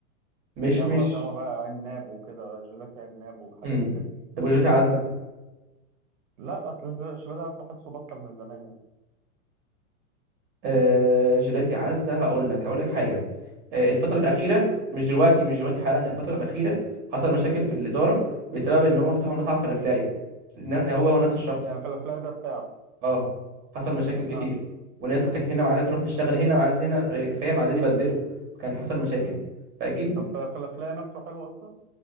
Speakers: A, on the right (about 25°); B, on the right (about 65°).
A: مش
B: بيعمل
A: مش
B: اطعمه بقى عناب وكده جيلاتي عناب وحاجات
A: امم
B: كده
A: طب وجيلاتي عزة
B: لا اصل الجيلاتي أصل حاسه بطل من زمان يعني
A: آه جيلاتي عزة هقول لك هقول لك حاجة آه الفترة
B: امم
A: الأخيرة مش دلوقتي مش دلوقتي حالا الفترة الأخيرة حصل مشاكل في
B: امم
A: الإدارة بسبب ان هم فتحوا مطعم فلافلاية ن- هو هو نفس الشخص
B: يعني فلافلا ده بتاعه
A: اه حصل مشاكل
B: امم فهمت
A: كتير وناس كانت هنا وعايزه تروح تشتغل هنا وعايز هنا فاهم عايزين يبدلوا كان حصل مشاكل
B: امم
A: فاكيد
B: طب فلافلا نفسه حلو اصلا